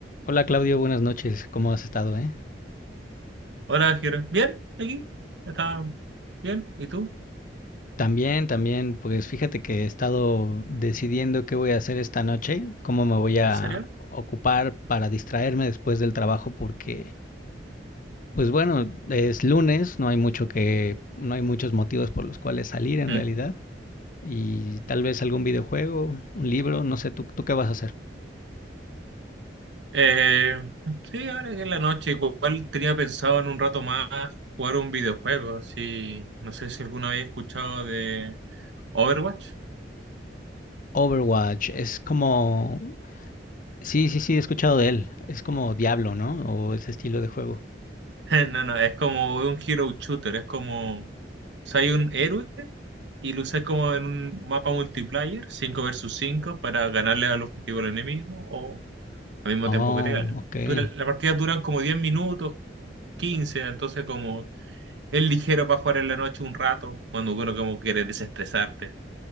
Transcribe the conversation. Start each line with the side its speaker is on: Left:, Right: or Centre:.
Left: Hola Claudio, buenas noches. ¿Cómo has estado, eh?
Right: Hola, Jero. ¿Bien? ¿Aquí? ¿Está bien? ¿Y tú?
Left: También, también, pues fíjate que he estado decidiendo qué voy a hacer esta noche, cómo me voy a
Right: ¿En serio?
Left: ocupar para distraerme después del trabajo porque pues bueno, es lunes, no hay mucho que no hay muchos motivos por los cuales salir en
Right: Mm.
Left: realidad y tal vez algún videojuego, un libro, no sé, tú tú qué vas a hacer?
Right: Eh, sí, ahora que es la noche, igual tenía pensado en un rato más jugar un videojuego. Sí, no sé si alguna vez he escuchado de Overwatch.
Left: Overwatch es como Sí, sí, sí, he escuchado de él. Es como Diablo, ¿no? O ese estilo de juego.
Right: <laughs> No, no, es como un hero shooter, es como, o un héroe y lo usas como en un mapa multiplayer, 5 versus 5 para ganarle al objetivo al enemigo o al mismo
Left: Oh,
Right: tiempo que te ganen.
Left: ok.
Right: Dura- la partida duran como 10 minutos, quince. entonces como Es ligero para jugar en la noche un rato, cuando uno como quiere desestresarte.